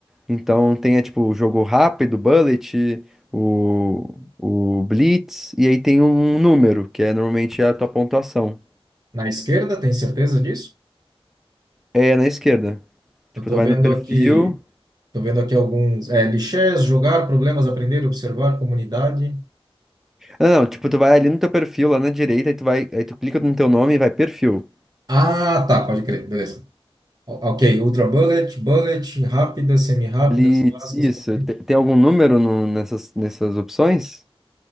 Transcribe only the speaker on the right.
na esquerda, tem certeza disso?
Eu tô
vendo
aqui. Tô vendo aqui alguns. É, Lichess, jogar, problemas, aprender, observar, comunidade.
Ah, tá, pode crer, beleza. O- Ok, Ultra Bullet, Bullet, rápidas, semi-rápidas,
clássicas.
favoritas.